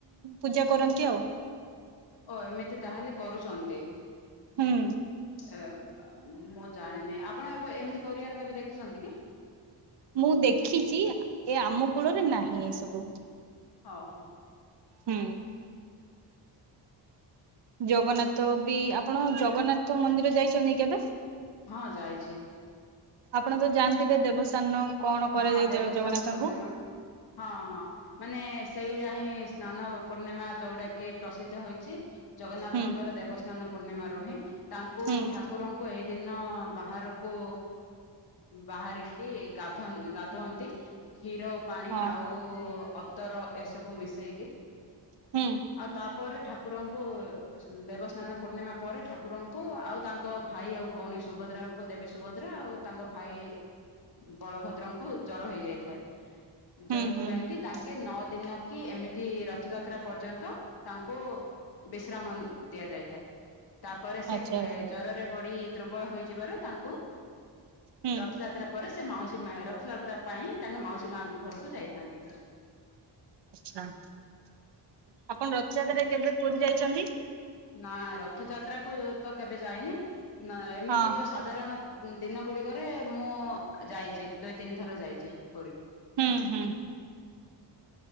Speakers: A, on the right; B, on the left.
A: ପୂଜା କରନ୍ତି ଆଉ।
B: ଓ ଏମିତି ତାହେଲେ କରୁଚନ୍ତି?
A: ହୁଁ।
B: ଏ ଏମ ମୁଁ ଜାଣିନି ଆପଣ ଏବେ ଏମିତି କରିବାର କେବେ ଦେଖିଛନ୍ତି କି?
A: ମୁଁ ଦେଖିଚି ଏ ଆମ କୂଳରେ ନାହିଁ ଏସବୁ।
B: ହଁ ହଁ।
A: ହୁଁ। ଜଗନ୍ନାଥ ବି ଆପଣ ଜଗନ୍ନାଥ ମନ୍ଦିର ଯାଇଚନ୍ତି କେବେ?
B: ହଁ ଯାଇଚି।
A: ଆପଣ ତ ଜାଣିଥିବେ ଦେବସ୍ନାନ କଣ କରାଯାଏ
B: ହଁ ଦେବସ୍ନାନ
A: ଜଗନ୍ନାଥଙ୍କୁ?
B: ପୂର୍ଣ୍ଣିମା ହଁ ହଁ ମାନେ ସେଇଟା ହିଁ ସ୍ନାନ ପୂର୍ଣ୍ଣିମା ଯୋଉଟା କି ପ୍ରସିଦ୍ଧ ହୋଇଚି ଜଗନ୍ନାଥଙ୍କର
A: ହୁଁ
B: ଦେବ ସ୍ନାନ ପୂର୍ଣ୍ଣିମା ରୁହେ। ତାଙ୍କୁ
A: ହୁଁ
B: ଠାକୁର ଏଇ ଦିନ ବାହାରକୁ ବାହାରିକି ଗା ଧାନ ଗାଧାନ୍ତି କ୍ଷୀର ପାଣି
A: ହଁ
B: ଆଉ ଅତର ଏସବୁ ମିଶେଇକି।
A: ହୁଁ।
B: ଆଉ ତାପରେ ଠାକୁରଙ୍କୁ ଦେବସ୍ନାନ ପୂର୍ଣ୍ଣିମା ପରେ ଠାକୁରଙ୍କୁ ଆଉ ତାଙ୍କ ଭାଇ ଆଉ ଭଉଣୀ ସୁଭଦ୍ରାଙ୍କୁ ଦେବୀ ସୁଭଦ୍ରା ଆଉ ତାଙ୍କ ଭାଇ ବଳଭଦ୍ରଙ୍କୁ ଜର ହେଇଯାଇଥାଏ।
A: ହୁଁ
B: ଯୋଉଥିପାଇ
A: ହୁଁ
B: କି ତାଙ୍କେ ନଅ ଦିନ କି ଏମିତି ରଥଯାତ୍ରା ପର୍ଯ୍ୟନ୍ତ ତାଙ୍କୁ ବିଶ୍ରାମନ୍ ଦିଆ ଯାଇଥାଏ। ତାପରେ ସେ
A: ଆଚ୍ଛା
B: କେ
A: ଆଚ୍ଛା
B: ଜରରେ ପଡି ଦୁର୍ବଳ ହୋଇଯିବାରୁ ତାଙ୍କୁ
A: ହୁଁ
B: ରଥଯାତ୍ରା ପରେ ସେ ମାଉସୀ ମା ରଥଯାତ୍ରା ପାଇଁ ତାଙ୍କ ମାଉସୀ ମା ଘରକୁ ଯାଇଥାଆନ୍ତି।
A: ଆଛା ଆପଣ ରଥଯାତ୍ରାରେ କେବେ ପୁରୀ ଯାଇଛନ୍ତି?
B: ନା ରଥଯାତ୍ରା କୁ ତ କେବେ ଯାଇନି ନା ଏମିତି
A: ହଁ
B: ଯୋଉ ସା ଧାରଣ ଦିନ ଗୁଡିକରେ ମୁଁ ଯାଇଛି ଦୁଇ ତିନି ଥର ଯାଇଛି ପୁରୀ।
A: ହୁଁ ହୁଁ।